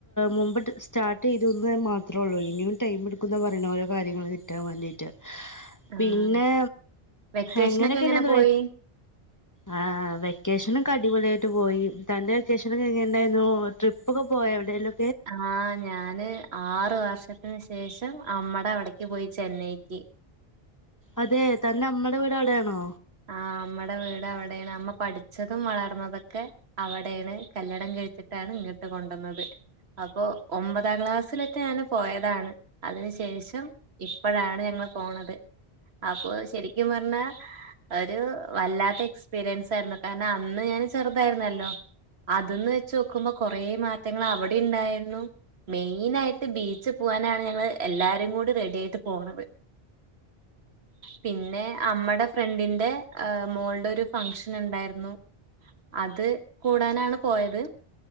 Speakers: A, on the left; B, on the right.
A: മുമ്പട്ട് സ്റ്റാർട്ട് ചെയ്തുന്നു മാത്രേള്ളൂ ഇനിയും ടൈം എടുക്കും എന്താ പറയുന്ന ഓരോ കാര്യങ്ങളൾ കിട്ടാൻ വേണ്ടിയിട്ട്
B: ആഹ്
A: പിന്നെ
B: വെക്കേഷനൊക്കെ
A: എങ്ങനെയൊക്കെ
B: എങ്ങനെ
A: ഉണ്ടായിരുന്നു
B: പോയി
A: വെ ആ ആ വെക്കേഷനൊക്കെ അടിപൊളിയായിട്ട് പോയി തന്റെ വെക്കേഷനൊക്കെ എങ്ങനെ ഉണ്ടായിരുന്നു ട്രിപ്പ് ഒക്കെ പോയാ എവിടെലും
B: ആഹ ഞാന് ആറ് വർഷത്തിന് ശേഷം അമ്മടെ അവിടക്ക് പോയി ചെന്നൈക്ക്
A: അതെ തന്നെ അമ്മടെ വീട് അവിടെയാണോ
B: ആ അമ്മടെ വീട് അവിടെയാണ് അമ്മ പഠിച്ചതും വളർന്നതൊക്കെ അവിടെയാണ് കല്യാണം കഴിച്ചിട്ടാണ് ഇങ്ങോട്ട് കൊണ്ടുവന്നത് അപ്പൊ ഒമ്പതാം ക്ലാസ്സിലിട്ട് ഞാന് പോയതാണ് അതിന് ശേഷം ഇപ്പോഴാണ് ഞങ്ങള് പോണത് അപ്പൊ ശരിക്കും പറഞ്ഞാ അതൊരു വല്ലാത്ത എക്സ്പിരിയൻസ് ആരുന്നു കാരണം ആന്ന് ഞാൻ ചെറുതാരുന്നല്ലോ അതുന്ന് വെച്ച്നോക്കുമ്പോ കൊറെ മാറ്റങ്ങള് അവിടെ ഇണ്ടായിരുന്നു മെയ്നായിട്ട് ബീച്ച് പൂവനാണ് ഞങ്ങള് എല്ലാരും കൂടി റെഡിയായിട്ട് പോണത് പിന്നെ അമ്മടെ ഫ്രണ്ടിന് ന്റെ ഏഹ് മോൾടെ ഒരു ഫങ്ഷൻ ഒണ്ടാരുന്നു അത് കൂടാനാണ് പോയത്